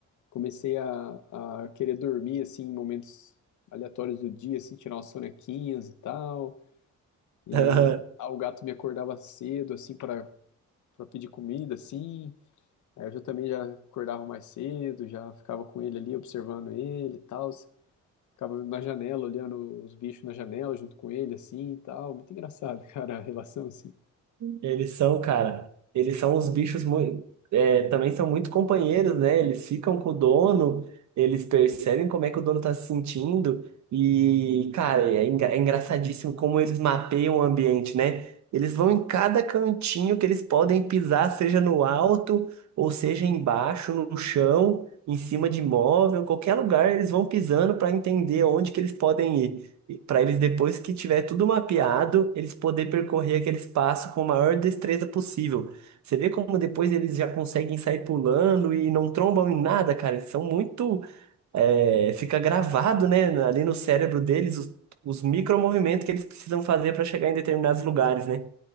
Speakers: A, on the left; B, on the right.
A: comecei a, a querer dormir, assim, em momentos aleatórios do dia, assim, tirar umas sonequinhas e tal, e
B: <laughs>
A: ah, o gato me acordava cedo, assim, para para pedir comida, assim, aí eu já também já acordava mais cedo, já ficava com ele ali, observando ele e tal, Ficava na janela, olhando os bichos na janela junto com ele, assim e tal. Muito engraçado, <laughs> cara, a relação, assim.
B: Eles são, cara, eles são uns bichos muito, também são muito companheiros, né? Eles ficam com o dono, eles percebem como é que o dono tá se sentindo e, cara, é, engra- é engraçadíssimo como eles mapeiam o ambiente, né? Eles vão em cada cantinho que eles podem pisar, seja no alto ou seja embaixo, no chão, em cima de móvel, qualquer lugar eles vão pisando para entender onde que eles podem ir para eles, depois que tiver tudo mapeado, eles poder percorrer aquele espaço com a maior destreza possível. Você vê como depois eles já conseguem sair pulando e não trombam em nada, cara. Eles são muito. é, fica gravado, né, na- ali no cérebro deles os, os micromovimentos que eles precisam fazer para chegar em determinados lugares, né?